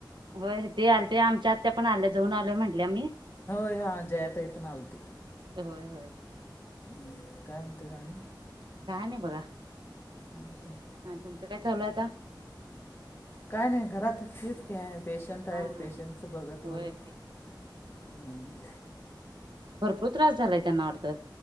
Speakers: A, on the right; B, on the left.
A: होय ते आल ते आमच्या आत्या पण आल्या जाऊन आलो म्हटले आम्ही
B: होय हा जया ताई पण आलते.
A: होय होय.
B: हम्म काय म्हणते आणि
A: काय नाही बघा.
B: हम् हम.
A: आणि तुमचं काय चालू आता
B: काय नाही घरात हेच कि पेशंट आहे
A: हा हा
B: पेशंटच बघत
A: होय.
B: बघत. हम्.
A: भरपूर त्रास झालाय त्यांना वाटतं